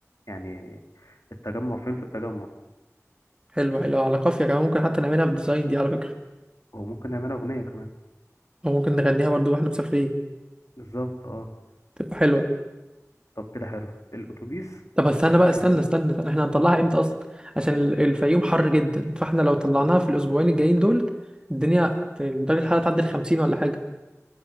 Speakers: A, on the left (about 70°); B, on the right (about 15°).
A: يعني التجمع فين في التجمع
B: حلو حلو على قافية كمان ممكن حتى نعملها في الديزاين دي على فكرة
A: وممكن نعملها أغنية كمان
B: وممكن نغنيها برضو واحنا مسافرين
A: بالظبط اه
B: تبقى حلوة
A: طب كده حلو الأتوبيس
B: طب استنى بقى استنى
A: عايزين
B: استنى, استنى. احنا هنطلعها امتى اصلا عشان ال- الفيوم حر جدا فاحنا لو طلعناها في الاسبوعين الجايين دول الدنيا هت- درجة الحرارة تعدي ال 50 ولا حاجة